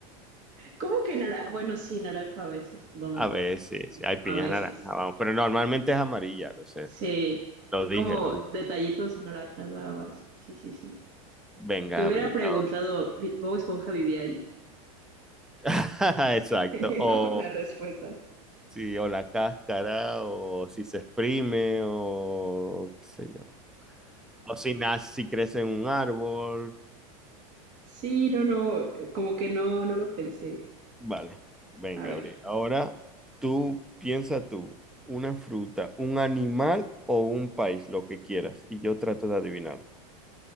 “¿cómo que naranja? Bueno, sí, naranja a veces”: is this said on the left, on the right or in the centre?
Right